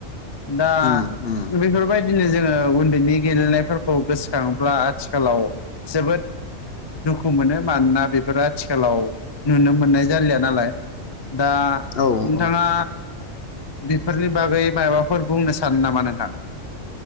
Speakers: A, on the left; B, on the left.
A: दा
B: उम उम
A: बेफोरबायदिनो जोङो उनदैनि गेलेनायफोरखौ गोसोखाङोला आथिखालाव जोबोद दुखु मोनो मानोना बेफोरो आथिखालाव नुनो मोननाय जालिया नालाय दा
B: औ
A: नोंथाङा
B: औ
A: बेफोरनि बागै माबाफोर बुंनो सानो नामा नोंथां?